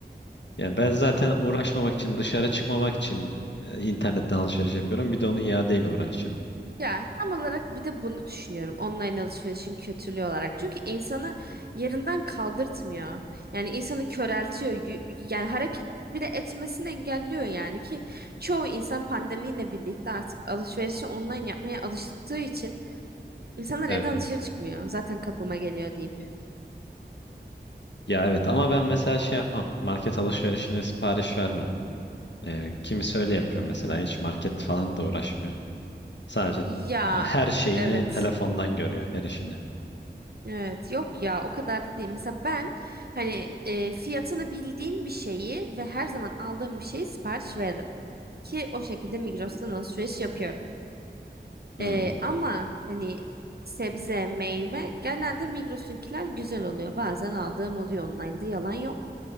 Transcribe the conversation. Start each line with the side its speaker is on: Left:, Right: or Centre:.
Left: Ya ben zaten uğraşmamak için, dışarı çıkmamak için e, internetten alışveriş yapıyorum. Bir de onu iadeyle uğraşacağım.
Right: Ya tam olarak bir de bunu düşünüyorum. Online alışverişin kötülüğü olarak. Çünkü insanı yerinden kaldırtmıyor. Yani insanı köreltiyor. Y- Yani hareket bile etmesini engelliyor yani ki çoğu insan pandemiyle birlikte artık alışverişi online yapmaya alıştığı için insanlar
Left: Evet.
Right: evden dışarı çıkmıyor. Zaten kapıma geliyor deyip.
Left: Ya evet ama ben mesela şey yapmam. Market alışverişine sipariş vermem. Ee, kimisi öyle yapıyor mesela. Hiç market falan da uğraşmıyor. Sadece
Right: Ya
Left: e, her şeyini
Right: evet.
Left: telefondan görüyor, her işini.
Right: Evet yok ya o kadar da değil. Mesela ben hani e, fiyatını bildiğim bir şeyi ve her zaman aldığım bir şeyi sipariş veririm. Ki o şekilde Migros'tan alışveriş yapıyorum.
Left: Hmm.
Right: E, ama hani sebze, meyve genelde Migros'unkiler güzel oluyor. Bazen aldığım oluyor online'da yalan yok.